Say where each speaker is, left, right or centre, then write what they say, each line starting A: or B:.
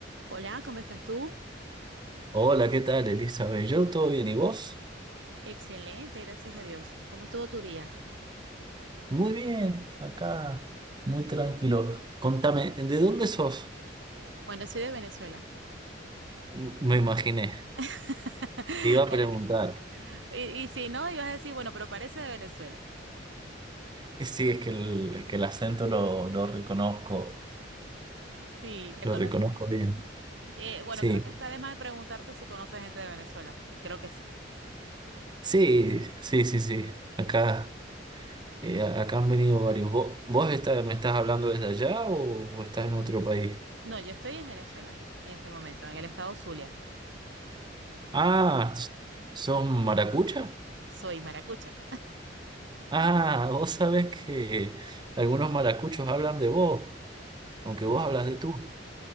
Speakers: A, on the right; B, on the right.
A: Hola, ¿cómo estás tú?
B: Hola, ¿qué tal, Elizabeth? Yo todo bien, ¿y vos?
A: Excelente, gracias a Dios. ¿Cómo estuvo tu día?
B: Muy bien, acá, muy tranquilo. Contame, ¿de dónde sos?
A: Bueno, soy de Venezuela.
B: M- Me imaginé,
A: <laughs>
B: te iba a
A: En
B: preguntar.
A: la- Y, y si no, ibas a decir, bueno, pero parece de Venezuela.
B: Eh, Sí, es que el, que el acento lo, lo reconozco,
A: Sí, ya
B: lo
A: conoces.
B: reconozco bien.
A: eh, bueno,
B: Sí,
A: creo que está de más preguntarte si conoces gente de Venezuela, porque creo que sí.
B: sí, sí, sí, sí. Acá, eh, a- acá han venido varios. ¿Vos, vos estás- me estás hablando desde allá o, o estás en otro país?
A: No, yo estoy en Venezuela en este momento, en el estado Zulia.
B: Ah, ¿son maracuchas?
A: Soy maracucha.
B: Ah, <laughs> vos sabés que algunos maracuchos hablan de vos, aunque
A: Sí.
B: vos hablas de tú.